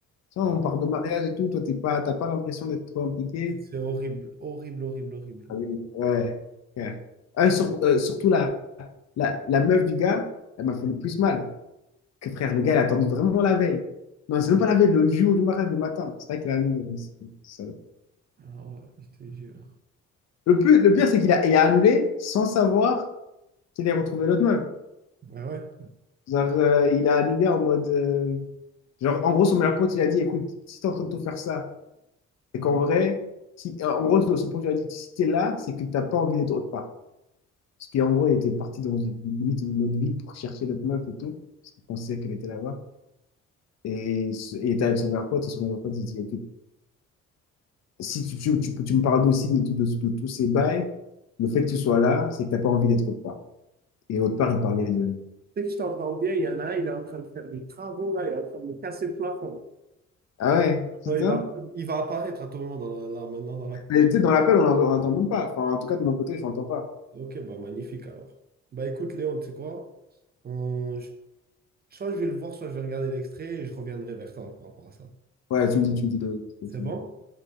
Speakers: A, on the left; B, on the right.
A: Tu vois,
B: Ah,
A: on parle de mariage et tout, toi, t'es pas, t'as pas l'impression d'être trop impliqué.
B: C'est horrible, horrible, horrible, horrible.
A: Ah oui. Ouais. ouais. Ah, sur- euh, surtout la, la, la meuf du gars, elle m'a fait le plus mal. Que frère, le gars, il a attendu vraiment la veille. Non, c'est même pas la veille, le jour du mariage, le matin. C'est vrai qu'il a annulé. mais c'est- c'est salaud.
B: ah ouais, je te jure.
A: Le plus, le pire, c'est qu'il a, il a annulé sans savoir qu'il allait retrouver l'autre meuf.
B: Ah ouais.
A: Genre, euh, il a annulé en mode. euh, genre, en gros, son meilleur pote, il a dit, écoute, si t'es en train de tout faire ça, c'est qu'en vrai, si, euh, en gros, son pote lui a dit, si t'es là, c'est que t'as pas envie d'être autre part. Parce qu'en gros, il était parti dans une, limite une autre ville pour chercher l'autre meuf et tout. Parce qu'il pensait qu'elle était là-bas. Et ce- il était avec son meilleur pote, et son meilleur pote, il dit, ok, si tu, tu, tu- tu me parles d'Ossine et tout, de, de tous ces bails, le fait que tu sois là, c'est que t'as pas envie d'être autre part. Et autre part, il parlait de...
B: sais que je t'entends bien, il y en a un, il est en train de faire des travaux, là, il est en train de me casser le plafond.
A: Ah ouais, putain.
B: Non, il va, il va apparaître à tout moment dans la- là, maintenant dans la...
A: Et tu sais, dans l'appel, on n'entend même pas. Enfin, en tout cas, de mon côté, je n'entends pas.
B: Ok, bah magnifique alors. Bah écoute Léon, tu sais quoi? On- je- Soit je vais le voir, soit je vais regarder l'extrait et je reviendrai vers toi par rapport à ça.
A: Ouais, tu me dis, tu me dis de...
B: C'est
A: de ton-
B: bon?